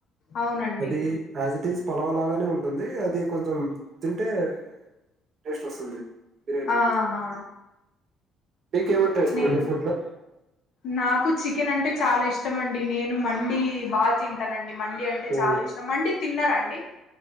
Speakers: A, on the left; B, on the right.
A: అవునండి
B: అది ఆజ్ ఇట్ ఈస్ పలావ్ లాగానే ఉంటుంది అది కొంచెం తింటే వేరే టేస్ట్ వస్తుంది. బిర్యానీ
A: ఆహా
B: మీకేమంటే ఇష్టం
A: నే
B: అండి ఫుడ్ లో
A: నాకు చికెన్ అంటే చాలా ఇష్ టమండి నేను మండి బాగా తింటానండి మండి అంటే
B: ఓ
A: చాలా ఇష్టం మండి తిన్నారా అండి?